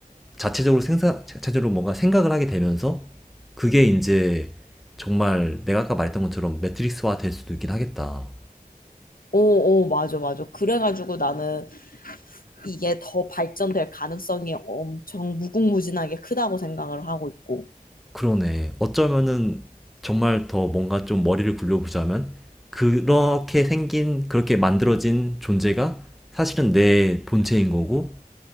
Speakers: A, in the centre; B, on the left (about 70°).
A: 자체적으로 생사, 자체적으로 뭔가 생각을 하게 되면서 그게 이제 정말 내가 아까 말했던 것처럼 매트릭스화 될 수도 있긴 하겠다.
B: 어, 어, 맞아, 맞아. 그래가지고 나는 이게 더 발전될 가능성이 엄청 무궁무진하게 크다고 생각을 하고 있고.
A: 그러네. 어쩌면은 정말 더 뭔가 좀 머리를 굴려보자면 그렇게 생긴, 그렇게 만들어진 존재가 사실은 내 본체인 거고,